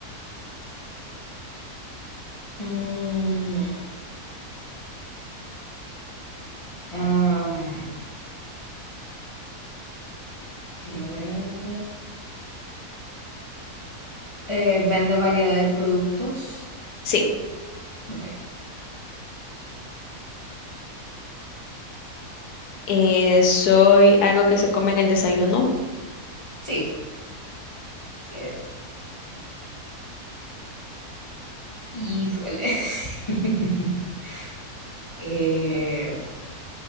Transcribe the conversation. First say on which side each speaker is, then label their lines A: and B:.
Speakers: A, on the left (about 40°); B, on the left (about 80°).
A: Mm, am, quiero ver. Eh, vende variedad de productos.
B: Sí.
A: Ok.
B: Eh, soy algo que se come en el desayuno.
A: Sí. sí. Híjole. <laughs> Eh,